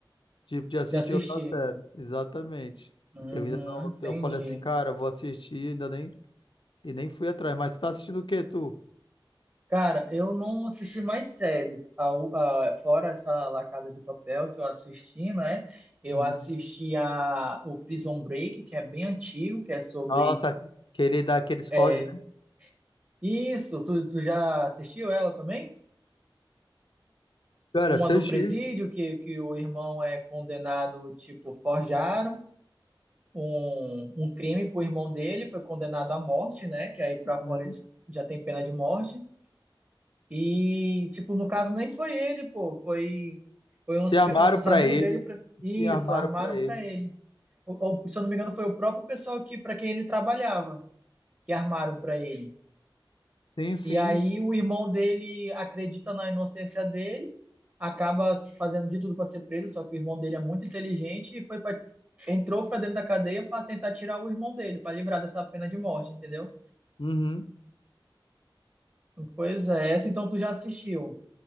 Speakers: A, on the left; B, on the right.
A: de, de assistir
B: já assisti.
A: outra série. Exatamente.
B: Uhum,
A: Eu ainda não,
B: entendi.
A: eu falei assim, cara, eu vou assistir, ainda nem, e nem fui atrás. Mas tu tá assistindo o quê, tu?
B: Cara, eu não assisti mais séries. A u- a- fora essa La Casa de Papel que eu assisti, né? Eu
A: Uhum.
B: assisti a, o Prison Break, que é bem antigo, que é sobre.
A: Nossa, que ele dá aqueles foge,
B: é,
A: né?
B: isso, tu, tu já assistiu ela também?
A: Cara,
B: Uma
A: seu
B: do
A: Chico.
B: presídio, que, que o irmão é condenado, tipo, forjaram. um, um crime pro irmão dele, foi condenado à morte, né? Que aí pra
A: Uhum.
B: fora eles já tem pena de morte. E, tipo, no caso nem foi ele, pô, foi, foi uns,
A: Se armaram
B: pe- uns
A: pra
B: amigos
A: ele.
B: dele, pra, isso,
A: Se armaram
B: armaram
A: pra ele.
B: pra ele. Ou, ou, se eu não me engano, foi o próprio pessoal que, pra quem ele trabalhava, que armaram pra ele.
A: Sim, sim.
B: E aí o irmão dele acredita na inocência dele, acaba fazendo de tudo para ser preso, só que o irmão dele é muito inteligente e foi pra, entrou para dentro da cadeia para tentar tirar o irmão dele, para livrar dessa pena de morte, entendeu?
A: Uhum.
B: Pois é, essa então tu já assistiu.